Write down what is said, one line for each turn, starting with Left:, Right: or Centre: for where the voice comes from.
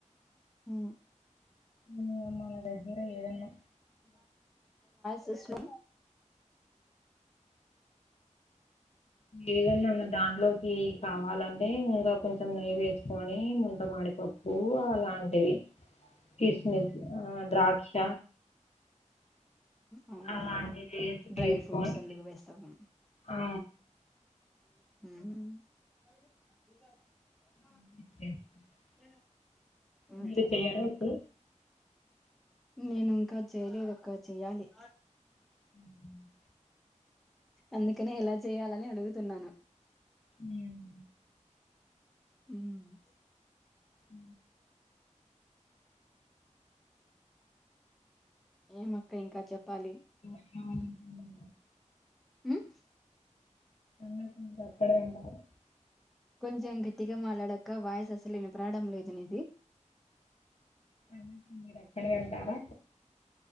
Centre: హ్మ్
Left: మ్మ్ మన దగ్గర ఏదన్నా
Centre: చూసినం
Left: ఏదన్న ఇంగ దాంట్లోకి కావాలంటే ఇంకా కొంచెం నెయ్యి వేసుకొని ముంత మాడిపప్పు అలాంటివి కిస్మిస్ ఆ ద్రాక్ష
Centre: అవును
Left: అలాంటి ఏది
Centre: డ్రై
Left: చేసి
Centre: ఫ్రూట్స్
Left: కొని
Centre: అందుకు వేస్తాము
Left: ఆ
Centre: మ్మ్ హు
Left: <unintelligible>
Centre: <inaudible>
Left: మీరు చెయ్యరా
Centre: ఏమక్క
Left: ఎప్పుడూ
Centre: నేను ఇంకా చేయలేదు అక్క చెయాలి
Left: మ్మ్
Centre: అందుకనే ఎలా చేయాలని అడుగుతున్నాను
Left: ఉమ్.
Centre: ఉమ్
Left: అ
Centre: ఏమక్క ఇంకా చెప్పాలి
Left: అవును
Centre: హమ్
Left: అంగ అక్కడే ఉంటారు
Centre: కొంచెం గట్టిగా మాట్లాడక్క వాయిస్ అసలు వినపడడం లేదు నీది
Left: అ మీరక్కడే ఉంటారా